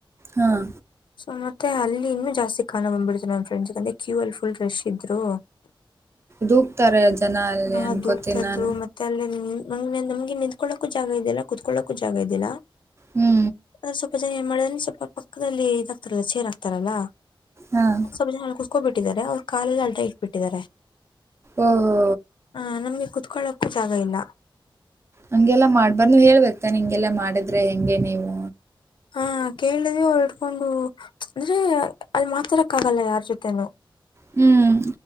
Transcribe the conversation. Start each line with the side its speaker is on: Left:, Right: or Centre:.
Right: ಹಾಂ
Left: ಸನ್ನ <unintelligible> ಮತ್ತ ಅಲ್ಲಿ ಇನ್ನು ಜಾಸ್ತಿ ಕಾಣ ಬಂದಬಿಡ್ತನಮ್ಮ ಫ್ರೆಂಡ್ಸ್ ಅಂದ್ರ ಕ್ಯೂ ಅ ಫುಲ್ ರಶ್ ಇದ್ರು
Right: ದೂಕ್ತಾರೆ ಜನ ಅಲ್ಲಿ
Left: ಹಾ
Right: ಅನ್ಕೋತೀನಿ
Left: ದೂಕ್ತಾದ್ರು
Right: ನಾನು
Left: ಮತ್ತೆ ಅಲ್ಲೇ ನೀ ನಮ ನಮಗೆ ನಿ <unintelligible> ಕುತ್ಕೊಳ್ಳೋಕೂ ಜಾಗ ಇದಲ್ಲ ಕುತ್ಕೊಳ್ಳೋಕೂ ಜಾಗ ಇದಲ್ಲಿಲ್ಲ
Right: ಹ್ಞೂ
Left: ಅ್ರ ಸ್ವಲ್ಪ ಜನ ಏನ್ ಮಾಡ <unintelligible> ಸ <inaudible> ಪಕ್ಕದಲ್ಲಿ ಇದಾಗ್ತಾರಲ್ಲ ಚೇರಾ ಇರ್ತಾರಲ್ಲ
Right: ಹಾಂ
Left: ಸ ಜ ಹ <unintelligible> ಹಕೋಬಿಟ್ಟಿದ್ದಾರೆ ಅವ್ರು ಕಾಲೇಜ ಅಡ್ಡ <unintelligible> ಇಟ್ಬಿಟ್ಟಿದ್ದಾರೆ
Right: ಓಹೋ
Left: ಹ ನಮ್ಗೆ ಕುತ್ಕೊಳ್ಳಕ್ ಜಾಗ ಇಲ್ಲ
Right: ಹಂಗೆಲ್ಲಾ ಮಾಡ್ಬಾರ್ದ ನೀ ಹೇಳ್ಬೇಕತಾನ ಹಿಂಗೆಲ್ಲಾ ಮಾಡಿದ್ರೆ ಹೆಂಗೆ ನೀವು
Left: ಹಾ ಕೇಳಿದವಿ ಅವಳ್ ಇಡ್ಕೊಂಡು ಅಂದ್ರೆ ಅದು ಮಾತಡಕ್ಕ ಆಗಲ್ಲ ಯಾರ್ ಜೊತೆೇನು <unintelligible>
Right: ಹ್ಮ್